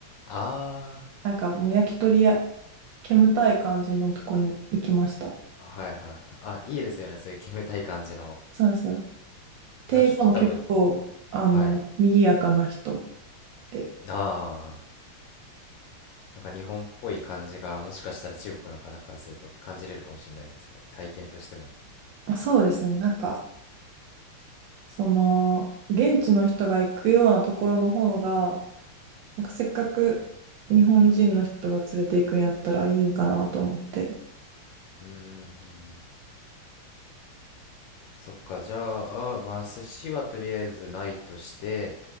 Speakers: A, on the left; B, on the right.
A: あ
B: なんかもう焼き鳥や煙たい感じのとこに行きました。
A: あ、はいはいはい。あ、いいですよね、そういう煙たい感じの。
B: そうなんですよ。店員さんも結構、
A: なんかちょっと多分、
B: あの、
A: はい。
B: 賑やかな人で。
A: ああ、なんか日本っぽい感じが、もしかしたら中国の方からすると感じれるかもしれないですね。体験としても。
B: あ、そうですね。なんか、その、現地の人が行くようなところの方が、なんかせっかく日本人の人が連れて行くんやったらいいんかなと思って。
A: うーん。そっか、じゃあ、まあ、寿司はとりあえずないとして、